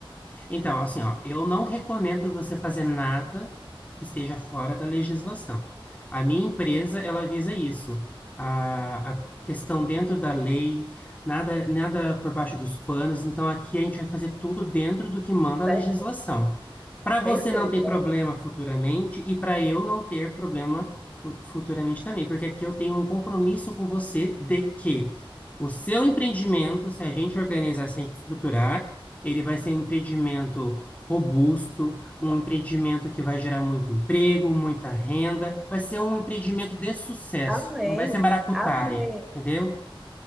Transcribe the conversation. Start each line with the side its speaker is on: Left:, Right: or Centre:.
Left: Então, assim, ó, eu não recomendo você fazer nada que esteja fora da legislação. A minha empresa, ela visa isso. A, a questão dentro da lei, nada, nada por baixo dos panos. Então, aqui a gente vai fazer tudo dentro do que manda a
Centre: Certo.
Left: legislação. Para você
Centre: Perfeito.
Left: não ter problema futuramente e para eu não ter problema fu- futuramente também, porque aqui eu tenho um compromisso com você de que o seu empreendimento, se a gente organizar, se a gente estruturar, ele vai ser um empreendimento robusto, um empreendimento que vai gerar muito emprego, muita renda, vai ser um empreendimento de sucesso,
Centre: Amém.
Left: não vai ser maracutaia,
Centre: Amém.
Left: entendeu?